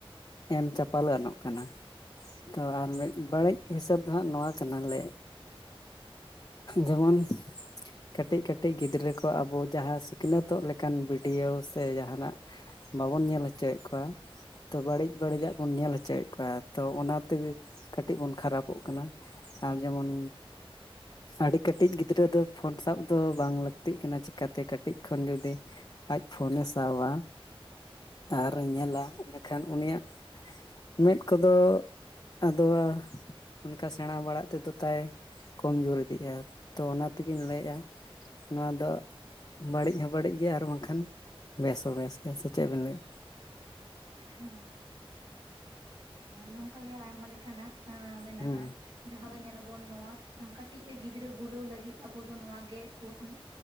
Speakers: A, on the left; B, on the right.
A: ᱮᱢ ᱪᱟᱯᱟᱞ ᱜᱟᱱᱚᱜ ᱠᱟᱱᱟ, ᱛᱚ ᱟᱨ ᱢᱤᱫ ᱵᱟᱹᱲᱤᱡ ᱦᱤᱥᱟᱹᱵᱽ ᱫᱚ ᱦᱟᱸᱜ ᱱᱚᱣᱟ ᱠᱟᱱᱟᱞᱮ ᱡᱮᱢᱚᱱ ᱠᱟᱹᱴᱤᱡ ᱠᱟᱹᱴᱤᱡ ᱜᱤᱫᱽᱨᱟᱹ ᱠᱚ ᱟᱵᱚ ᱡᱟᱦᱟᱸ ᱥᱤᱠᱷᱱᱟᱹᱛᱚᱜ ᱞᱮᱠᱟᱱ ᱵᱷᱤᱰᱭᱳ ᱥᱮ ᱡᱟᱦᱟᱱᱟᱜ ᱵᱟᱵᱚᱱ ᱧᱮᱞ ᱦᱚᱪᱚᱭᱮᱫ ᱠᱚᱣᱟ᱾ ᱛᱚ ᱵᱟᱹᱲᱤᱡ ᱵᱟᱹᱲᱤᱡᱟᱜ ᱵᱚᱱ ᱧᱮᱞ ᱦᱚᱪᱚᱭᱮᱫ ᱠᱚᱣᱟ, ᱛᱚ ᱚᱱᱟ ᱛᱮᱜᱮ ᱠᱟᱹᱴᱤᱡ ᱵᱚᱱ ᱠᱷᱟᱨᱟᱯᱚᱜ ᱠᱟᱱᱟ᱾ ᱟᱨ ᱡᱮᱢᱚᱱ ᱟᱹᱰᱤ ᱠᱟᱹᱴᱤᱡ ᱜᱤᱫᱽᱨᱟᱹ ᱫᱚ ᱯᱷᱳᱱ ᱥᱟᱵ ᱫᱚ ᱵᱟᱝ ᱞᱟᱹᱠᱛᱤᱜ ᱠᱟᱱᱟ ᱪᱤᱠᱟᱛᱮ ᱠᱟᱹᱴᱤᱡ ᱠᱷᱚᱱ ᱡᱩᱫᱤ ᱟᱡ ᱯᱷᱳᱱᱮ ᱥᱟᱣᱟ ᱟᱨᱮ ᱧᱮᱞᱟ ᱮᱱᱟᱹᱠᱷᱟᱱ ᱩᱱᱤᱭᱟᱜ ᱢᱮᱫ ᱠᱚᱫᱚ ᱟᱫᱚ ᱚᱱᱠᱟ ᱥᱮᱬᱟ ᱵᱟᱲᱟ ᱛᱮᱫᱚ ᱛᱟᱭ ᱠᱚᱢ ᱡᱳᱨ ᱤᱫᱤᱜᱼᱟ ᱛᱚ ᱚᱱᱟ ᱛᱮᱜᱮᱧ ᱞᱟᱹᱭᱮᱜᱼᱟ ᱱᱚᱣᱟ ᱫᱚ ᱵᱟᱹᱲᱤᱡ ᱦᱚᱸ ᱵᱟᱹᱲᱤᱡ ᱜᱮᱭᱟ ᱟᱨ ᱵᱟᱝᱠᱷᱟᱱ ᱵᱮᱥ ᱦᱚᱸ ᱵᱮᱥ ᱜᱮ ᱾ᱥᱮᱪᱮᱫ ᱵᱮᱱ ᱞᱟᱹᱭᱼᱟ?
B: ᱦᱮᱸ ᱱᱚᱝᱠᱟ ᱜᱮ ᱟᱭᱢᱟ ᱞᱮᱠᱟᱱᱟᱜ ᱢᱮᱱᱟᱜᱼᱟ᱾
A: ᱦᱮᱸ
B: ᱡᱟᱦᱟᱸ ᱫᱚ ᱧᱮᱞ ᱟᱵᱚᱱ ᱱᱚᱣᱟ ᱠᱟᱹᱴᱤᱡ ᱨᱮ ᱜᱤᱫᱽᱨᱟᱹ ᱵᱩᱞᱟᱹᱣ ᱞᱟᱹᱜᱤᱫ ᱟᱵᱚ ᱫᱚ ᱱᱚᱣᱟ ᱜᱮ ᱵᱚᱱ